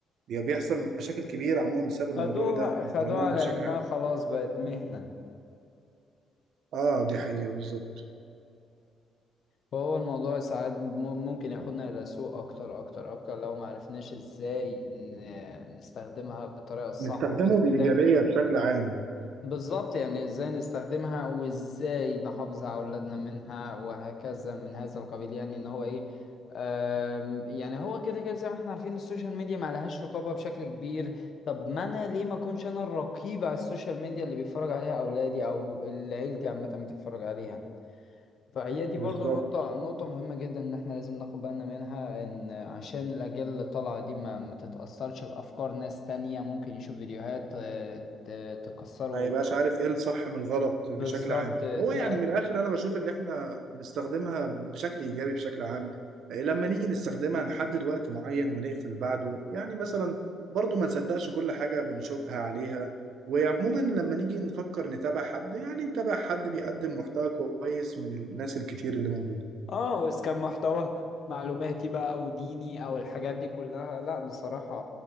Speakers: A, on the right; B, on the left.
A: بيحصل مشاكل كبيرة عموما بسبب الموضوع
B: خدوها
A: ده المقارنات
B: خدوها على
A: بشكل
B: إنها
A: عام
B: خلاص بقت مهنة
A: اه دي حقيقة بالظبط
B: فهو الموضوع ساعات م- ممكن ياخدنا إلى سوء أكتر أكتر أكتر لو ما عرفناش إزاي ن- نستخدمها بالطريقة الصح
A: نستخدمه
B: وإزاي
A: بإيجابية بشكل عام
B: <laughs> بالظبط يعني إزاي نستخدمها وإزاي نحافظ على أولادنا منها وهكذا من هذا القبيل يعني إن هو إيه أم، يعني هو كده كده زي ما احنا عارفين السوشيال ميديا ما لهاش رقابة بشكل كبير طب ما أنا ليه ما أكونش أنا الرقيب على السوشيال ميديا اللي بيتفرج عليها أولادي أو اللي عيلتي عامة بتتفرج عليها فهي دي
A: بالظبط
B: برضو نقطة نقطة مهمة جدا إن إحنا لازم ناخد بالنا منها إن عشان الأجيال اللي طالعة دي ما, ما تتأثرش بأفكار ناس تانية ممكن يشوف فيديوهات آه، ت- تكسره
A: ما يبقاش عارف ايه الصح من الغلط
B: بالظبط
A: بشكل عام
B: ت-
A: هو يعني من الاخر انا بشوف اللي احنا بنستخدمها بشكل ايجابي بشكل عام إيه لما نيجي نستخدمها نحدد وقت معين ونقفل بعده يعني مثلا برضو ما نصدقش كل حاجة بنشوفها عليها وعموما لما نيجي نفكر نتابع حد يعني نتابع حد بيقدم محتوى كويس من الناس الكتير اللي موجودة
B: آه وإذا كان محتوى معلوماتي بقى وديني أو الحاجات دي كلها لأ بصراحة